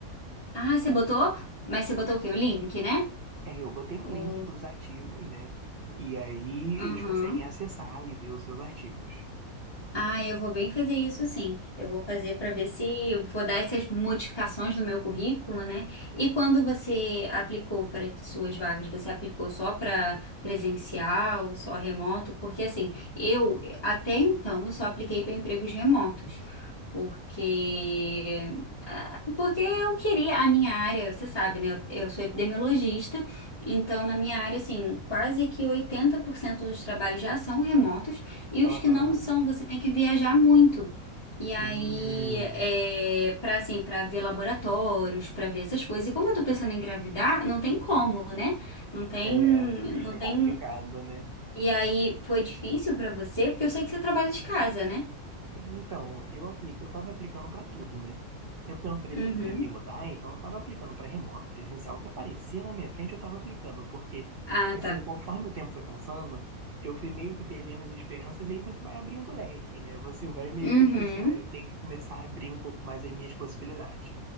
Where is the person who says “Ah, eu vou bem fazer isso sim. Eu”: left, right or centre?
Left